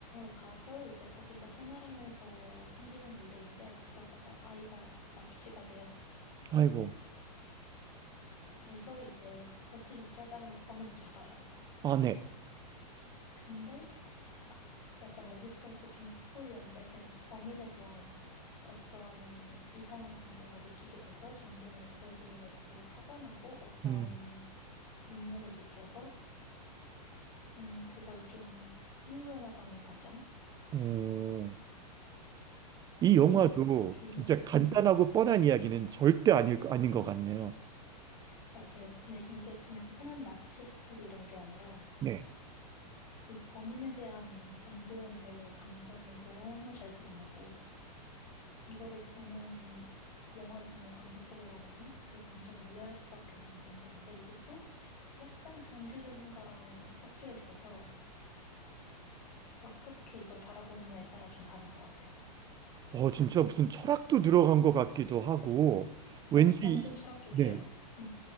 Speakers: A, on the left; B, on the right.
A: 가서 이제 거기서 생활하면서 생기는 일들인데 그러다가 아이가 납치가 돼요.
B: 아이고.
A: 그래서 이제 어찌저찌 하다가 근데 범인을 잡아요.
B: 아, 네.
A: 근데 아, 약간 여기서부터 좀 스포일러인데 그냥 그 범인에 대한 어떤 이상한 감정을 느끼게 돼서 전도연이 그걸 보면서 되게 화가 나고 어떤
B: 음.
A: 분노를 느껴서 음, 그걸 좀 치유해 나가는 과정?
B: 어, 이
A: 근데
B: 영화도
A: 이게 줄,
B: 진짜 간단하고
A: 음,
B: 뻔한 이야기는 절대 아닐, 아닌 것 같네요.
A: 맞아요. 근데 이게 그냥 흔한 납치 스토리 이런 게 아니라
B: 네.
A: 그 범인에 대한 전도연 배우의 감정이 너무 잘 드러나고 이거를 보는, 영화를 보는 관객들이라면은 그 감정을 이해할 수밖에 없는 감정인데 이게 또 약간 정교적인 거랑 섞여 있어서 어떻게 이걸 바라보느냐에 따라 좀 다를 것 같아요.
B: 어, 진짜 무슨 철학도 들어간 것 같기도 하고, 왠지,
A: 마, 완전 철학적이에요.
B: 네.
A: 음.